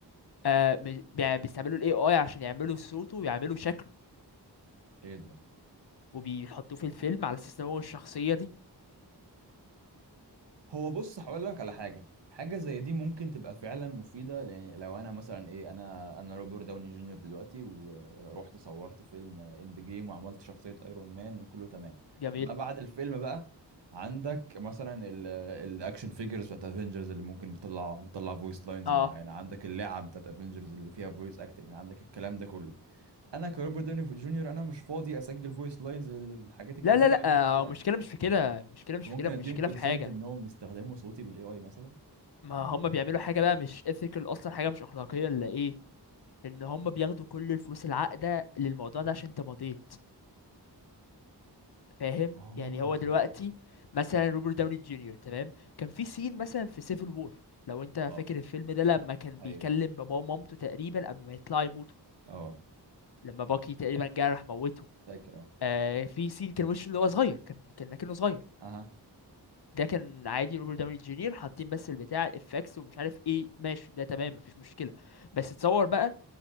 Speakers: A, on the left; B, on the right.
A: آه م- بي- بيستعملوا الاي اي عشان يعملوا صوته ويعملوا شكله
B: ايه ده
A: وبيحطوه في الفيلم على اساس ان هو الشخصيه دي
B: هو بص هقول لك على حاجه حاجه زي دي ممكن تبقى فعلا مفيده يعني لو انا مثلا ايه انا انا روبرت داوني جونيور دلوقتي ورحت صورت فيلم اند جيم وعملت شخصيه ايرون مان وكله تمام
A: جميل
B: ما بعد الفيلم بقى عندك مثلا ال- الاكشن فيجرز بتاعت افنجرز اللي ممكن بتطلع بتطلع فويس لاينز
A: اه
B: معينه عندك اللعب بتاعت افنجرز اللي فيها فويس اكتنج عندك الكلام ده كله انا كروبرت داوني جونيور انا مش فاضي اسجل فويس لاينز للحاجات الكتير
A: لا لا لا
B: قوي
A: آه
B: دي كلها
A: المشكله مش في كده المشكله
B: فممكن
A: مش في كده المشكله
B: اديهم كونسنت
A: في حاجه
B: انهم يستخدموا صوتي بالاي اي مثلا
A: ما
B: وانهم
A: هم بيعملوا حاجة بقى مش ethical أصلا حاجة مش أخلاقية ولا إيه إن هم بياخدوا كل الفلوس العاقدة للموضوع ده عشان أنت مضيت فاهم
B: اه
A: يعني هو دلوقتي مثلا روبرت داوني جونيور تمام كان في سين مثلا في سيفل وور لو أنت
B: اه
A: فاكر الفيلم ده لما كان
B: ايوه
A: بيكلم باباه ومامته تقريبا قبل ما يطلعوا يموتوا
B: اه
A: لما باكي تقريبا جه راح موته
B: فاكر اه
A: آه في سين كان وشه اللي هو صغير كان كان لكنه صغير
B: اها
A: ده كان عادي روبرت داوني جونيور حاطين بس البتاع الافكس ومش عارف ايه ماشي ده تمام مفيش مشكلة بس تصور بقى